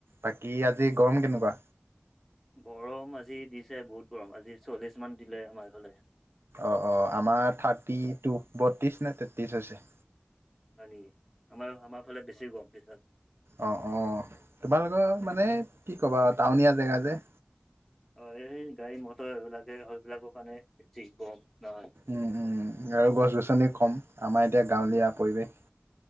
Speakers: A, on the right; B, in the centre.
A: বাকী, আজি গৰম কেনেকুৱা?
B: গৰম আজি দিছে, বহুত গৰম, আজি চল্লিশ মান দিলে, আমাৰ এইফালে।
A: অঁ, অঁ, আমাৰ থাৰ্টি টু, বত্ৰিছ নে তেত্ৰিছ হৈছে।
B: হয় নেকি! আমাৰ, আমাৰ ফালে বেছি গৰম।
A: অঁ, অঁ, তোমালোকৰ মানে কি ক'বা আৰু, টাউনীয়া জেগা যে।
B: অ, এই গাড়ী মটৰ এইবিলাকে সেইবিলাকৰ কাৰণেই <unintelligible> গৰম নহয়।
A: উম, উম, আৰু গছ-গছনি কম। আমাৰ এতিয়া গাঁৱলীয়া পৰিৱেশ।